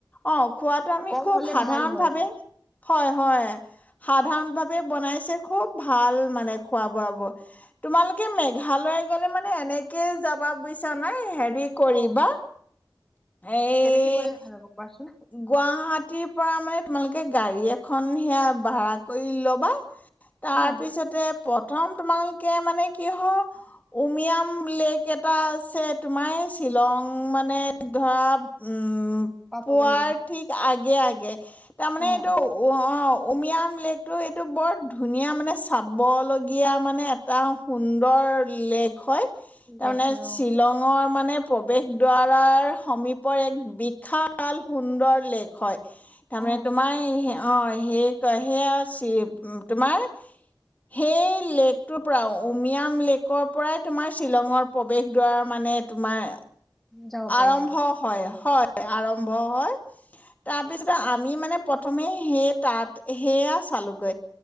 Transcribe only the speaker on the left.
অঁ। খোৱাটো আমি
খুব
সাধাৰণ
ভাৱে হয় হয়। সাধাৰণ ভাৱে বনাইছে খুব ভাল মানে খোৱা বোৱা বোৰ। তোমালোকে মেঘালয় গলে মানে এনেকেই যাবা বুইছা নাই কি কৰিবা।
এই
গুৱাহাটীৰ পৰা মানে তোমালোকে গাড়ী এখন সেয়া ভাড়া কৰি ল'বা। তাৰ
পিছতে প্ৰথম তোমালোকে মানে কিহ উমিয়াম লেক এটা আছে তোমাৰে শ্বিলং মানে ধৰা উ
পুৱাৰ
ঠিক আগে আগ তাৰমানে
এইটো
উ অ উমিয়াম লেকটো সেইটো বৰ ধুনীয়া মানে চাবলগীয়া মানে এটা সুন্দৰ লেক হয়। তাৰ
মানে
শ্বিলঙৰ মানে প্ৰৱেশ দ্বাৰাৰ সমীপৰ এক বিশা ভাল সুন্দৰ লেক হয়। তাৰমানমানে
তোমাই হে অ সেই কয় সেয়া আছিপ তোমাৰ সেই লেকটোৰ পৰাও উমিয়াম লেকৰ পৰাই তোমাৰ শ্বিলঙৰ প্ৰৱেশ দ্বাৰা মানে তোমাৰ
আৰম্ভ
হয়, হয় আৰম অ হয় তাৰপিছত আমি মানে প্ৰথমে সেই তাত সেয়া চালোগৈ,